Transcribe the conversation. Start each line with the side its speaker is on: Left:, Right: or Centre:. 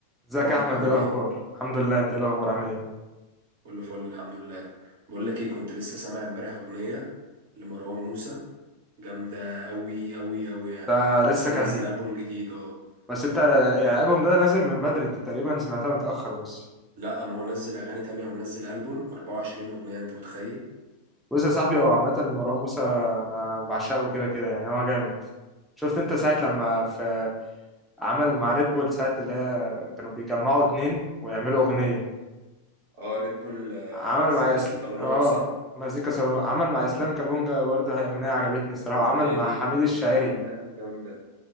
Centre: ازيك
Right: يا مارك
Centre: يا احمد
Right: عامل
Centre: ايه الاخبار
Right: ايه؟
Centre: الحمد لله انت ايه الاخبار عامل ايه
Right: كله فل الحمد لله بقول لك ايه كنت لسه سامع امبارح اغنية لمروان موسى جامدة قوي قوي قوي يعني
Centre: ده لسه
Right: لسه
Centre: كان
Right: منزل ألبوم جديد اه
Centre: بس انت يعني الالبوم ده نازل من بدري انت تقريبا سمعتها متاخر بس
Right: لا ما هو نزل اغاني تانية ومنزل ألبوم 24 اغنية انت متخيل؟
Centre: بص يا صاحبي هو عامه مروان موسى انا بعشقه كده كده يعني هو جامد شفت انت ساعه لما في عمل مع ريد بول ساعه اللي هي كانوا بيجمعوا اتنين ويعملوا اغنيه
Right: اه ريد بول آه،
Centre: عمل
Right: مزيكا
Centre: مع
Right: الصالونات
Centre: اسل... اه
Right: صح؟
Centre: مزيكا سولو عمل مع اسلام كابونجا برضه هي اغنيه عجبتني الصراحه
Right: الأغنية
Centre: وعمل مع
Right: دي
Centre: حميد
Right: كانت
Centre: الشاعري
Right: جامدة جامدة